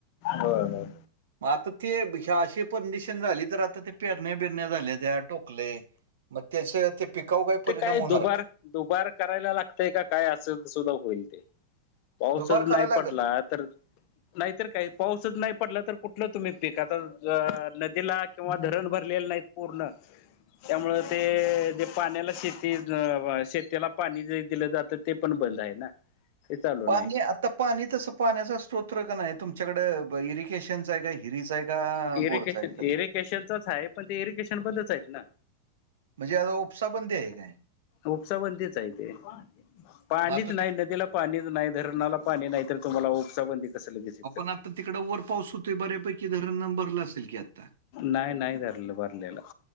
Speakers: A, on the left; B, on the right.
A: हो हो.
B: मग आता तेशी परडिशन झाली तर आता ते पेरण्या बिरण्या झाल्या त्या टोकले. मग त्याचं, ते पिकाऊ काही परिणाम
A: ते काय
B: होणार
A: दुबार
B: का?
A: दुबार करायला लागतय का काय? असं सुद्धा होईल ते. पाऊसच
B: दुबार करायला
A: नाही पडला,
B: लागेल
A: तर? नाहीतर काही, पाऊसच नाही पडला तर कुठलं तुम्ही पीक? आता नदीला किंवा धरण भरलेले नाहीत पूर्ण
B: <inaudible>
A: त्यामुळं ते ते जे पाण्याला शेती, शेतीला पाणी जे दिलं जातं, ते पण बंद आहे ना. ते चालू
B: पाणी,
A: नाही
B: आता पाणी तसं पाण्याचा स्त्रोत्र का नाही तुमच्याकडं, इरिगेशनचाय काय की. हिरीचाय का?
A: इरिगेशन,
B: बोरचा आहे का
A: इरिगेशनचच हाय, पण ते इरिगेशन बंदचायत ना.
B: म्हणजे आता उपसा बंदी आहे काय?
A: उपसाबंदीच आहे ते पाणीच
B: मग आता ते
A: नाही नदीला. पाणीच नाही धरणाला पाणी नाही तर तुम्हाला उपसाबंदी कसं लगेच
B: आपण
A: तर.
B: आता तिकडे वर पाऊस होते बऱ्यापैकी धरणनां भरला असेल की आता
A: नाही नाही रलं भरलेलं.